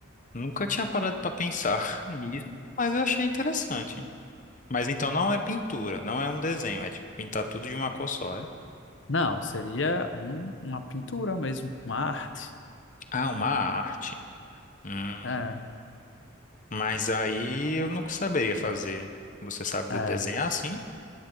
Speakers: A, on the left (about 40°); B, on the left (about 65°).
A: Nunca tinha parado pra pensar <laughs> nisso, mas eu achei interessante. Mas então não é pintura, não é um desenho, é tipo pintar tudo de uma cor só, é?
B: Não, seria um- uma pintura mesmo, uma arte.
A: Ah, uma arte. Hum,
B: É,
A: Mas aí eu não saberia fazer. Você sabe de-
B: é,
A: desenhar, sim?